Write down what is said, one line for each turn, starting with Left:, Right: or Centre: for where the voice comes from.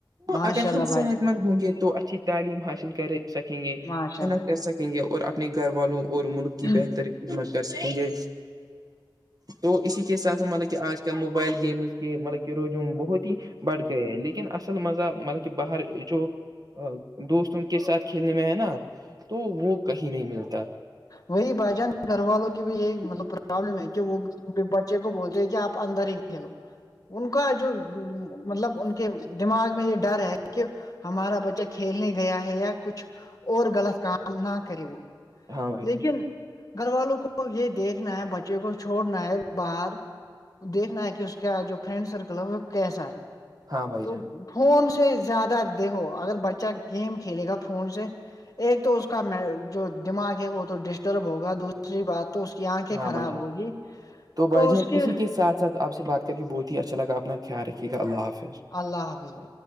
Right: تو
Left: ماشاء
Right: اگر
Left: اللہ
Right: ہم
Left: بھائی
Right: صحت
Left: جان
Right: مند ہوں گے تو اچھی تعلیم حاصل کر سکیں گے
Left: ماشاء
Right: محنت کر سکیں گے اور اپنے گھر والوں اور ملک
Left: اللہ
Right: کی بہتر خدمت کر سکیں گے تو اسی کے ساتابھ سے مطلب کہ آج کل لوگ موبائل گیمز کے مطلب رووم بہت ہیڑھ لیکن اصل مزہ مطلب کہ باہر جو دوست ان کے ساتھ کھیلنے میں ہےئے نا تو وہ کہیں نہیں ملتا
Left: وہی ب جان گھر والوں کی بھی یہی مطلب پرابلم ہے کہ وہ بچے کو بولتے ہیں کہ آپ اندر ہی کھیلو ان کا جو مطلب ان کے دماغ میں یہ ڈر ہے کہ ہمارا بچہ کھیلنے گیا ہے یا کچھ اور غلط کام نہ کرے وہ
Right: ہاں بھائی جان
Left: لیکن گھر والوں کو یہ دیکھنا ہے بچے کو چھوڑنا ہے باہر دیکھنا ہے کہ اس کا جو فرینڈ سرکل ہے وہ کیسا ہے
Right: ہاں بھائی
Left: تو
Right: جان
Left: فون سے زیادہ دیکھو اگر بچہ گیم کھیلے گا فون سے ایک تو اس کا جو دماغ ہے وہ تو ڈسٹرب ہوگا دوسری بات تو اس کی آنکھیں
Right: ہاں
Left: خراب
Right: بھائی جان
Left: ہوگی
Right: بھائی
Left: تو
Right: جان
Left: اس کی
Right: اسی کے ساتھ سات آپ سے بات کر کے بہت ہی اچھا لگا اپنا خیال رکےا اللہ حافظ
Left: اللہ حافظ بھا